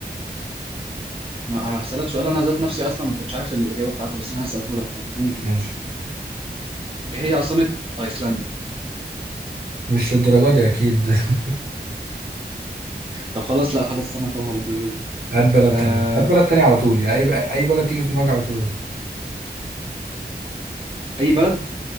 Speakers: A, on the right; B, on the right.
A: ما هسألك سؤال أنا ذات نفسي أصلا ما كنتش عارف الإجابة بتاعته بس أنا هسأله لك يعني يمكن
B: ماشي
A: إيه هي عاصمة أيسلندا
B: مش للدرجة دي أكيد <laughs>
A: طب خلاص لا خلاص استنى طب هبديه لك
B: هات بلد
A: آه
B: تانية هات بلد تانية على طول يعني أي أي بلد تيجي في دماغك على طول قولها.
A: أي بلد